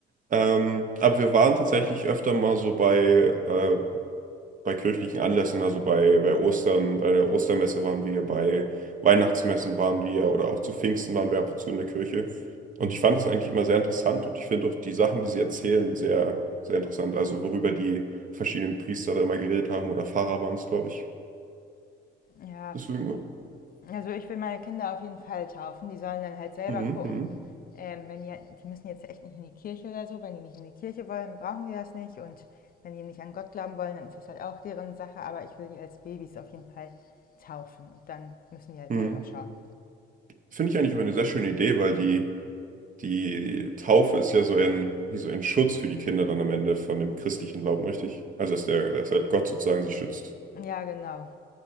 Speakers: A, on the right; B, on the left.
A: Ähm, aber wir waren tatsächlich öfter mal so bei äh, bei kirchlichen Anlässen, also bei, bei Ostern, bei der Ostermesse waren wir, bei Weihnachtsmessen waren wir oder auch zu Pfingsten waren wir ab und zu in der Kirche. Und ich fand das eigentlich immer sehr interessant und ich finde auch die Sachen, die sie erzählen, sehr, sehr interessant. Also worüber die verschiedenen Priester da immer geredet haben oder Pfarrer waren es, glaube ich.
B: Ja,
A: Deswegen,
B: Also ich will meine Kinder auf jeden Fall taufen. Die sollen dann halt selber
A: mhm,
B: gucken,
A: mhm,
B: ähm, wenn die, die müssen jetzt echt nicht in die Kirche oder so. Wenn die nicht in die Kirche wollen, brauchen die das nicht. Und wenn die nicht an Gott glauben wollen, dann ist das halt auch deren Sache. Aber ich will die als Babys auf jeden Fall taufen. Und dann müssen die halt
A: mhm.
B: selber schauen.
A: Finde ich eigentlich auch eine sehr schöne Idee, weil die, die Taufe ist ja so ein, wie so ein Schutz für die Kinder dann am Ende von dem christlichen Glauben, richtig? Also dass der, dass halt Gott sozusagen sie schützt.
B: Ja, genau.